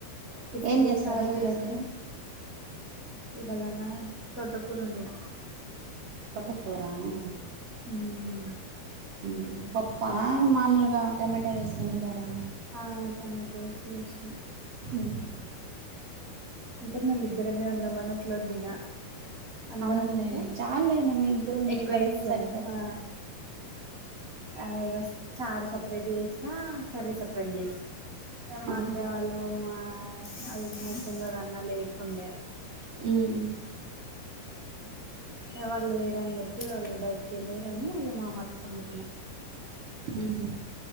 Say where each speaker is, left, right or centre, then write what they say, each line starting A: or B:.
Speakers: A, on the right; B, on the right.
A: టిఫిన్
B: ఏం
A: చేస్
B: చేశారు
A: ఆక్లాలైతే
B: ఈరోజు
A: ఇవలనా తోటకూర వొండిన
B: తోటకూర మ్
A: మ్
B: మ్ పప్పా మామూలుగా టమాటా ఎసి ఎనిపరా
A: ఆ టమాటో చేసిన
B: ఉహు
A: అంటే మేమిద్దరమే ఉన్నాం అని అట్లొండిన అందరం
B: అవునులేండి
A: ఉంటే
B: చాలులేండి మీ ఇద్దరు
A: ఎక్కువ
B: ఇద్దరికే
A: వేసాము
B: సరిపోతుంది
A: ఆ
B: కదా
A: ఆ ఇగో చారు సెపరేట్ చేసా కర్రీ సపరేట్ జేసా ఇ మా
B: ఆహా
A: అత్తయ్య వాళ్ళు మా <inaudible> ఆల్లన్నా లేకుండే
B: ఉమ్
A: ఎవరు లేరని చెప్పి వాళ్ళు బయటికి వెళ్ళారు అని మా మట్టుకి వండుకున్నాం
B: ఉహు